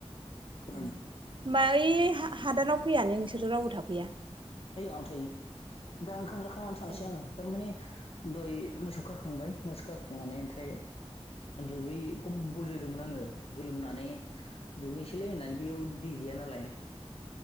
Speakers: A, on the left (about 65°); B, on the right (about 50°).
A: फुरानायाव
B: होमबा ओइ हा-हादानाव फैयानो नोंसोर रावबो थाफैया?
A: थायो आं थायो दा ओंखाम जाखांनानै थांसै
B: ए
A: आङो थारमाने दय मोसौ खाखांबाय मोसौ खाखांनानै ओमफ्राय दुगै ब-बल जोदोंमोन आङो। गोलोमनानै दुगैहोयसैलै होननानै बेयाव दै गैया नालाय